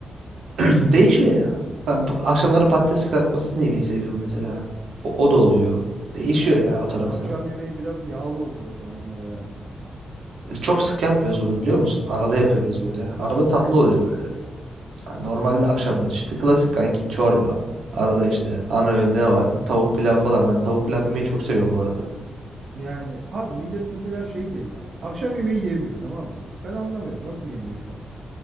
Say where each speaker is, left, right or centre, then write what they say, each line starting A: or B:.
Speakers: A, on the right (about 85°); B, on the right (about 55°).
A: <clears throat> Değişiyor ya. Ben pa- akşamları patates kızartmasını yemeyi seviyorum mesela. O, o da oluyor.
B: Senin
A: Değişiyor
B: a-
A: ya o tarafta.
B: akşam yemeği biraz yağlı oluyor o zamanlar herhalde.
A: Çok sık yapmıyoruz bunu biliyor musun? Arada yapıyoruz böyle. Arada tatlı oluyor böyle. Yani normalde akşamlar işte klasik kanki çorba. Arada işte ana öğünde ne var? Tavuk pilav falan. Ben tavuk pilav yemeyi çok seviyorum bu arada.
B: Yani abi millet mesela şey de ya akşam yemeği yemiyor tamam mı? Ben anlamıyorum nasıl yemiyorsan.